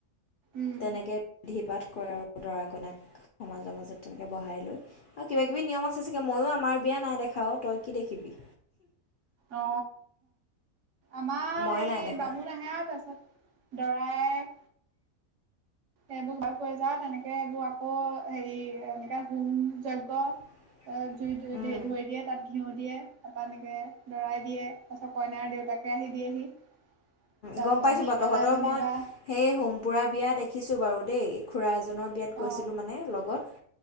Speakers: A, on the right (about 65°); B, on the left (about 60°).
A: উম
B: তেনেকে বিধি পাঠ কৰে আৰু দৰা কনাক সমাজৰ মাজত তেনেকে বহাই লৈ। আৰু কিবা কিবি নিয়ম আছে চাগে মইয়ো আমাৰ বিয়া নাই দেখাও তই কি দেখিবি।
A: অ আমাৰ
B: মই
A: হেৰি
B: নাই দেখা
A: বামুন‌ আহে আৰু তাৰপিছত। দৰাই, সেইবোৰ ঘ কৈ যাও তেনেকে সেইবোৰ আকৌ হেৰি এনেকে হোম যজ্ঞ,
B: <inaudible>
A: অ', জুই ধ
B: উম
A: ধৰি দিয়ে তাত ঘিউ দিয়ে তাৰপৰা এনেকৈ দৰাই দিয়ে তাৰপাছত কইনাৰ দেউতাকে আহি দিয়েহি তাৰপিছত
B: গ'ম পাইছোঁ
A: দি
B: বা তহঁতৰ
A: পেলাই যেনিবা
B: মই সেই হোমপুৰা বিয়া দেখিছোঁ বাৰু দেই খুৰা এজনৰ বিয়াত
A: অ
B: গৈছিলোঁ মানে লগত